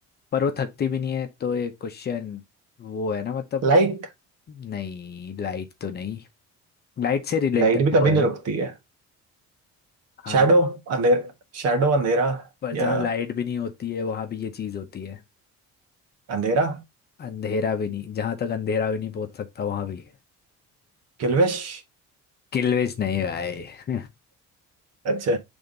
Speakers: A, on the left (about 35°); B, on the right (about 60°).
A: पर वो थकती भी नहीं है तो ये क्वेश्चन वो है ना मतलब
B: लाइट
A: नहीं लाइट तो नहीं लाइट से रिलेटेड
B: लाइट भी
A: वो
B: कभी
A: है
B: नहीं रुकती है
A: हाँ
B: शैडो अंधेर शैडो अंधेरा
A: पर जहाँ
B: या
A: लाइट भी नहीं होती है वहां भी ये चीज होती है
B: अंधेरा
A: अंधेरा भी नहीं जहां तक अंधेरा भी नहीं पहुंच सकता वहां भी
B: किल्विश
A: किल्वेज नहीं भाई
B: अच्छा